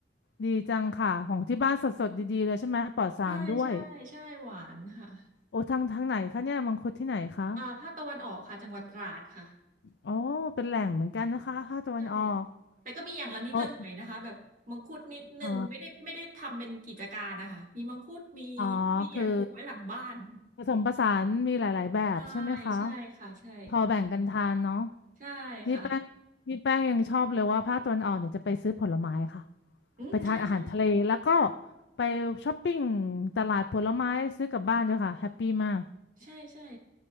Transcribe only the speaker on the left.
ดีจังค่ะของที่บ้านสดๆดีๆเลยใช่ไหมปลอดสารด้วย
โอ้ทางทางไหนคะเนี่ยมังคุดที่ไหนคะ
อ๋อเป็นแหล่งเหมือนกันนะคะภาคตะวันออก
เพราะอ๋ออ๋อคือผสมผสานมีหลายๆแบบใช่ไหมคะ
พอแบ่งกันทานเนาะ
นี่แป้งนี่แป้งยังชอบเลยว่าภาคตะวันออกเนี่ยจะไปซื้อผลไม้ค่ะ
ไปทานอาหารทะเลแล้วก็ไปช้อปปิ้งตลาดผลไม้ซื้อกลับบ้านด้วยค่ะแฮปปี้มาก